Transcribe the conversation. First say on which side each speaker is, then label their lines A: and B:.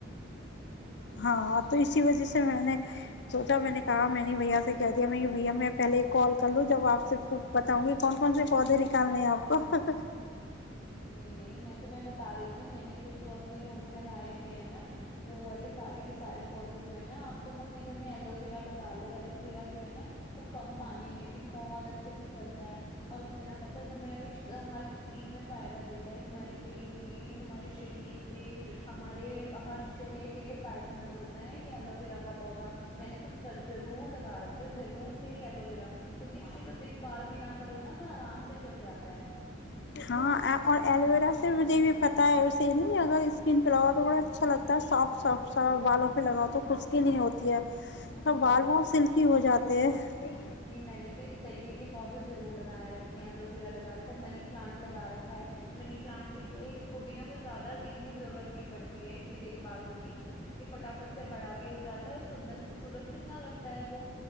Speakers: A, on the left (about 55°); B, on the left (about 25°).
A: ہاں تو اسی وجہ سے میں نے سوچا میں نے کہاں میں نے بھیا سے کہہ دیا میں بھیا میں پہلے کال کر لوں جب آپ سے بتاؤں گی کون کون سے پودے نکالنے ہیں آپ کو
B: نہیں نہیں میں تمہیں پتا بتا دیتی ہوں میں نے جو جو اپنے گھر میں لگائے ہوئے ہیں نا وہ والے سارے کے سارے پودے جو ہے نا آپ تم اپنے گھر میں ایلویرا لگا لو ایلو ویرا جو ہے نا وہ کم پانی میں بھی بہت اچھے سے چلتا ہے اور اس سے نہ پت ہے توم ہر چیز میں فائدہ دیتا ہے تمہارے پیٹ میں تہارے شریر پہ ہمارے ہر جگہ کے لیے فائدے مند ہوتا ہے ایو ویرا کا پودا میں نے تو ضرور لگا رکھا ہے ضرور سے ہی ایلوویرا کیکہ اس کی تو دیکھ بھال بھی نہ کرو نا تو آرام سے چل جاتا ہے
A: ہاں اور ایلوویرا سے مجھے بھی پتہ ہے اسے نہیں اگر اسکن پہ لگاؤ تو بڑا اچھا لگتا ہے سافٹ سافٹ سا بوں پہ لگاؤ تو خچھ کی نہیں ہوتی ہے سب
B: ہاں
A: ب بہت سلکی ہو جاتی کہ
B: نہیں میں نے تو اس طریقے کے پودے ضرور لگاائے رکھے ہیں الوویرا لگا رکھا ہے منی پلانٹ لگا رکھا ہے منی پلانٹ سے یہ اس کو بھی نا کوئی زیادہ اتنی ضرورت نہیں پڑتی ہے دیکھ بھال کرنے کی یہ فٹافٹ سے بڑا بھی ہو جاتا ہے اور سندر خوبصورت کتنا لگتا ہے وہ